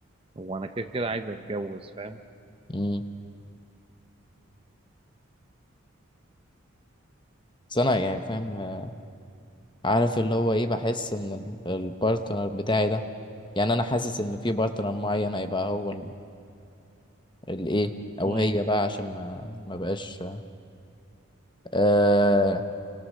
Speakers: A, on the right (about 25°); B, on the left (about 20°).
A: هو أنا كده كده عايز أتجوز فاهم
B: امم بس انا يعني فاهم آه، عارف اللي هو ايه بحس ان ال- البارتنر بتاعي ده يعني انا حاسس ان في بارتنر معين هيبقى هو ال- الايه او
A: امم
B: هي بقى عشان ما ما بقاش آه،